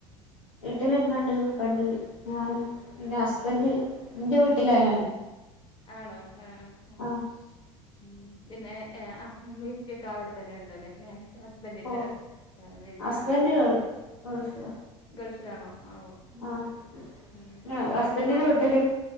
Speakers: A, on the left (about 80°); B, on the left (about 30°).
A: വീട്ടില ഇമ്മ ഉണ്ട് ഉപ്പ ഉണ്ട് ഞാന് എന്റെ ഹസ്ബൻഡ് എന്റെ വീട്ടിലായാണ്
B: ആണോ ആ ഉം
A: ആഹ്
B: ഉം പിന്നെ ആ ഇപ്പിയക്കെ അവിടെത്തന്നെ ഉണ്ടല്ലോ അല്ലേ ഹസ്ബൻഡിന്റെ
A: ഓഹ്
B: <unintelligible>
A: ഹസ്ബൻഡ്
B: ആ
A: ഗൾ
B: ക്കെ
A: ഗൾഫിലാ
B: ഗൾഫിലാണോ ആഹ് ഉം
A: ആഹ് പിന്നെ
B: ഉം
A: ഹസ്ബൻഡിന്റെ
B: എടക്കൊക്കെ അങ്ങട്ട
A: വീട്ടില്